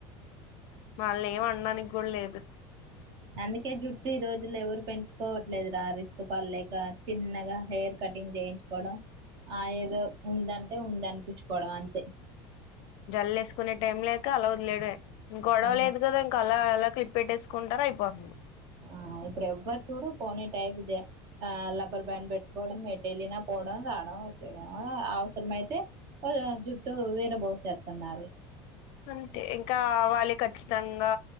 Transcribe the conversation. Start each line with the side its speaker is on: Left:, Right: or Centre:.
Left: వాళ్లని ఏం అనడానికి కూడా లేదు
Right: అందుకే జుట్టు ఈరోజులో ఎవరు పెంచుకోవట్లేదురా ఆరిస్క్ పడలేక చిన్నగా హెయిర్ కటింగ్ చేయించుకోవడం ఆ ఏదో ఉందంటే ఉంది అనిపిచుకోవడం అంతే
Left: జల్లేసుకునే టైం లేక అలా వదిలేయడమే ఇం గొడవలేదు
Right: అవును
Left: కదా ఇంక అలా అలా క్లిప్ పెట్టేసుకుంటారు అయిపోతుంది
Right: మ్మ్ ఇప్పుడు ఎవ్వరు చూడు పోనీ టైప్ లబ్బర్ బ్యాండ్ పెట్టుకోవడం ఎట్టేలినా పోవడం రావడం ఓకేగా అవసరమయితే అది ఆ జుట్టు విరబోసేస్తున్నారు
Left: అంతే ఇంకా వాళ్ళి ఖచ్చితంగా